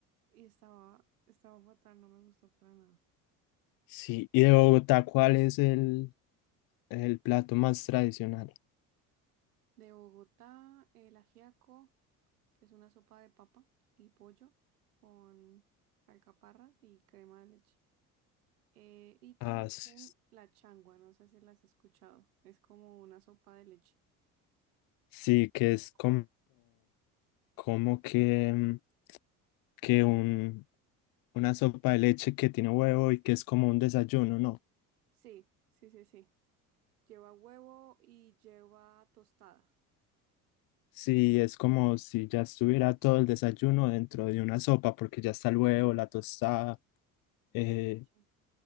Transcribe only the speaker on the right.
Y estaba, estaba fatal, no me gustó para nada.
De Bogotá, el ajiaco. que es una sopa de papa y pollo con alcaparras y crema de leche. Eh, y también
la changua, no sé si las has escuchado. Es como una sopa de leche.
con
Huevo.
Sí, sí, sí, sí. Lleva huevo y lleva tostada
en
la leche.